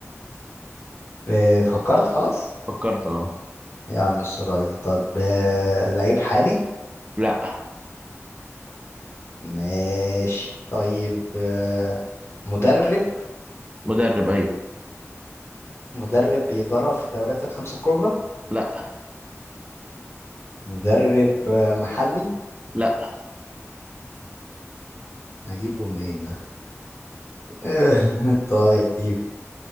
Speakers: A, on the left; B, on the right.
A: إيه فكرت خلاص
B: فكرت اهو
A: يا عم السرعة دي طب آه، لعيب حالي
B: لا
A: ماشي طيب آه، مدرب
B: مدرب ايوه
A: مدرب بيدرب في الدوريات الخمسة الكبرى
B: لا
A: مدرب آه، محلي
B: لا
A: هجيبه منين ده <laughs> طيب